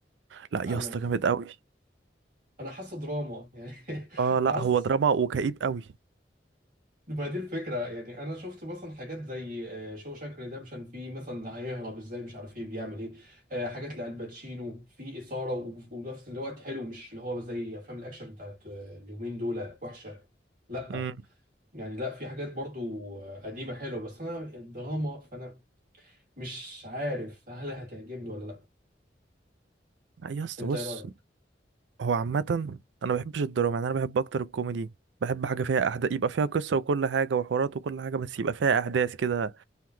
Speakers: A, on the right (about 85°); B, on the right (about 50°).
A: لا
B: انا
A: يا اسطى جامد قوي
B: انا حاسه دراما يعني <laughs>
A: اه لا
B: حاسس
A: هو دراما وكئيب قوي
B: ما دي الفكره يعني انا شفت مثلا حاجات زي شو شاك ريدمشن في مثلا هيهرب ازاي مش عارف ايه بيعمل ايه آه حاجات لالباتشينو في اثاره و- ونفس الوقت حلو مش اللي هو زي افلام الاكشن بتاعت آه، اليومين دول وحشه لا
A: امم
B: يعني لا في حاجات برضو قديمة حلوة بس أنا الدراما فأنا مش عارف هل هتعجبني ولا لأ
A: لا يا اسطى
B: أنت
A: بص
B: إيه رأيك؟
A: هو عامة انا ما بحبش الدراما يعني انا بحب اكتر الكوميدي بحب حاجة فيها أحداث يبقى فيها قصة وكل حاجة وحوارات وكل حاجة بس يبقى فيها أحداث كده